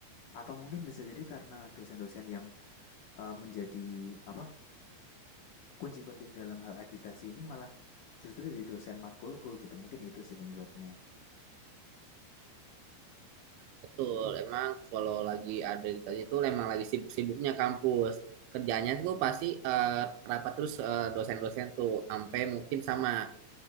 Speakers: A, on the left; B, on the right.
A: Atau mungkin bisa jadi karena dosen-dosen yang, eee, menjadi apa, kunci penting dalam hal akreditasi ini malah justru dari dosen matkulku gitu, mungkin itu sih penyebabnya.
B: Betul, emang kalau lagi ada kita itu emang lagi sibuk-sibuknya kampus. Kerjanya tuh pasti eh, rapat terus eh, dosen-dosen tuh sampai mungkin sama